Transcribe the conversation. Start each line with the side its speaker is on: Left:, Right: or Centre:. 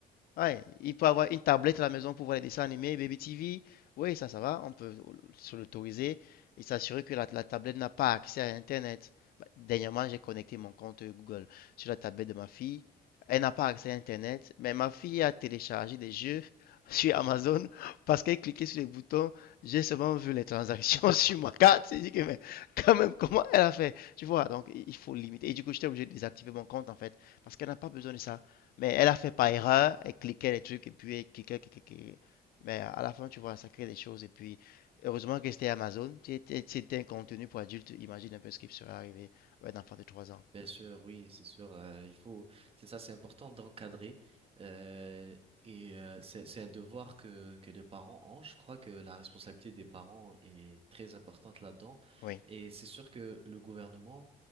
Left: Ouais, il peut avoir une tablette à la maison pour voir les dessins animés, Baby TV. Oui, ça, ça va. On peut se l'autoriser et s'assurer que la, la tablette n'a pas accès à Internet. Bah, Dernièrement, j'ai connecté mon compte Google sur la tablette de ma fille. Elle n'a pas accès à Internet, mais ma fille a téléchargé des jeux <laughs> sur Amazon parce qu'elle cliquait sur les boutons. J'ai seulement vu les transactions <laughs> sur ma carte. J'ai dit que, mais quand même, comment elle a fait? Tu vois, donc il faut limiter. Et du coup, j'étais obligé de désactiver mon compte en fait parce qu'elle n'a pas besoin de ça. Mais elle a fait par erreur, elle cliquait les trucs et puis elle cliquait, cliquait, cliquait. Mais à la fin, tu vois, ça crée des choses. Et puis, heureusement que c'était Amazon. Si C'était si c'était un contenu pour adultes. Imagine un peu ce qui serait arrivé à un enfant de trois ans.
Right: Bien sûr, oui, c'est sûr. euh, il faut, c'est ça, c'est important d'encadrer. euh, et euh, c'est c'est un devoir que que les parents ont. Je crois que la responsabilité des parents est très importante là-dedans.
Left: Oui,
Right: Et c'est sûr que le gouvernement